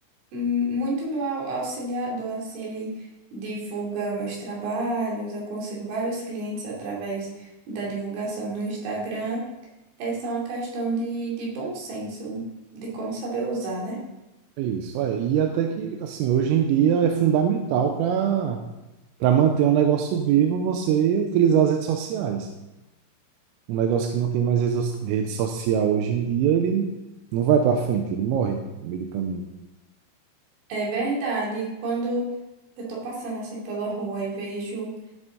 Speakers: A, on the right; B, on the right.
A: hum, muito meu au- auxiliador, assim, ele divulga meus trabalhos, eu consigo vários clientes através da divulgação no Instagram. Essa é uma questão de, de bom senso, de como saber usar, né?
B: É isso, é. E até que, assim, hoje em dia é fundamental para Para manter um negócio vivo, você utilizar as redes sociais. Um negócio que não tem mais redes so- rede social hoje em dia, ele não vai para frente, ele morre no meio do caminho.
A: É verdade, quando eu tô passando assim pela rua e vejo.